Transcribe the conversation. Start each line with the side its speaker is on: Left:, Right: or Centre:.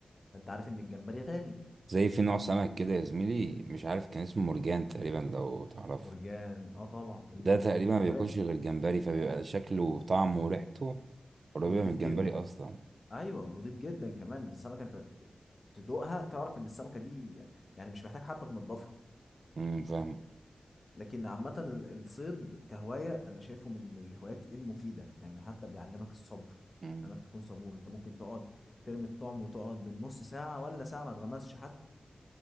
Left: فانت عارف ان الجمبري غالي
Right: زي في نوع سمك كده يا زميلي مش عارف كان اسمه مرجان تقريبا لو تعرفه
Left: مرجان اه طبعا المرجان
Right: ده تقريبا ما بياكلش
Left: طب- إيه؟
Right: غير الجمبري فبيبقى شكله وطعمه وريحته قريبة
Left: ونضيف
Right: من الجمبري
Left: جدا
Right: أصلا
Left: ايوه نضيف جدا كمان السمكه انت ت- تدوقها تعرف ان السمكه دي يعني مش محتاج حتى تنضفها
Right: امم فاهم
Left: لكن عامه ال- الصيد كهوايه انا شايفه من الهوايات المفيده يعني حتى بيعلمك الصبر
Right: أمم،
Left: انك تكون صبور انت ممكن تقعد ترمي الطعم وتقعد بالنص ساعه ولا ساعه ما تغمزش حتى